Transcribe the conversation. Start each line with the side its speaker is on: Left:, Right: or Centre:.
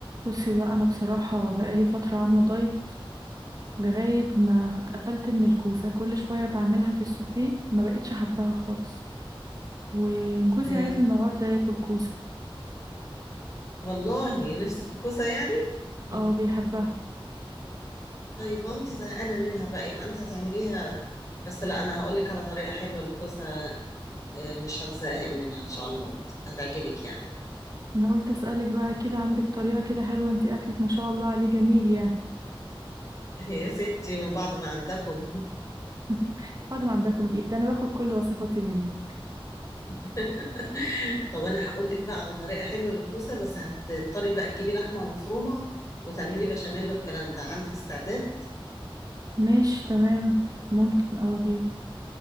Right: بصي بقى انا بصراحه بقالي فتره عامله دايت لغايه ما اتقفلت من الكوسه كل شويه بعملها في السوتيه ما بقتش حباها خالص وجوزي
Left: آه
Right: عايز النهارده ياكل كوسه
Left: والله نفسي في الكوسة يعني <laughs>
Right: اه بيحبها
Left: طيب ما انت زهقانة منها بقى يبقى انت هتعمليها بس لا انا هقول لك على طريقة حلوة للكوسة آه مش هتزهقي منها ان شاء الله هتعجبك يعني
Right: انا قلت اسالك بقى كده عندك طريقه كده حلوه انت اكلك ما شاء الله عليه جميل يعني
Left: <laughs> يا ستي من بعد ما عندكم
Right: <laughs> بعد ما عندكم ايه ده انا باخد كل وصفاتي منك
Left: <laughs> طب انا هقول لك بقى على طريقة حلوة للكوسة بس هتضطري بقى تجيبي لحمة مفرومة وتعملي بشاميل والكلام ده عندك استعداد
Right: ماشي تمام ممكن اه اجيب